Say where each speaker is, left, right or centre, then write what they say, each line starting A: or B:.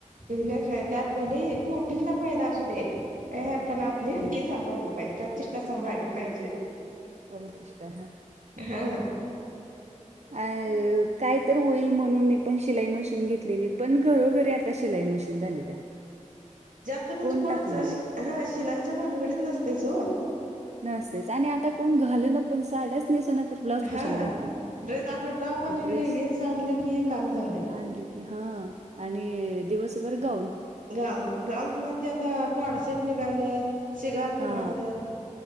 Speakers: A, on the right; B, on the right.
A: बिझनेस नाही. त्यात भले कोटींचा फायदा असू दे. पण आपण
B: पुन्हा
A: हे सांभाळलं पाहिजे प्रतिष्ठा सांभाळली पाहिजे.
B: प्रतिष्ठा हा.
A: हा.
B: अ काय तर होईल म्हणून मी पण शिलाई मशीन घेतलेली. पण घरोघरी आता शिलाई मशीन झाली त्या.
A: तर म्हणजे
B: कोण
A: कोणाचं
B: टाकणार आहे
A: हा शिलाईच्या भानगडीत नसतेच हो.
B: नसेच आणि आता कोण घाल ना पण साड्याच नस ना. तर ब्लाऊज
A: हा
B: कशाला घालते
A: ड्रेस आपलं टॉप आणि
B: ड्रेस
A: लेगिन्स आणलं की काम झालं
B: आणली. हा आणि दिवसभर गाऊन.
A: गाऊन गाऊन किंवा ते आता कवाडसेट निघालेत, शिगार
B: हा
A: निघाल्यात.